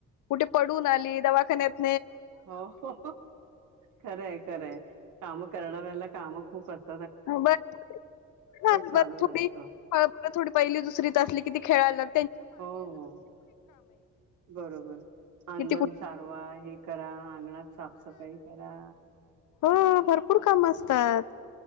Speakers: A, on the left; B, on the right.
A: कुठे पडून आली दवाखान्यात
B: हो हो खरंय खरंय काम करणाऱ्याला काम खूप असत
A: ब ह
B: चालूच
A: ब थोडी
B: असतं
A: फळफळ थोडी पहिली दुसरीच असली कि खेळालाग
B: हो हो बरोबर अंगण
A: किती कुठ
B: सारवा हे करा अंगणात साफसफाई करा
A: हो भरपूर काम असतात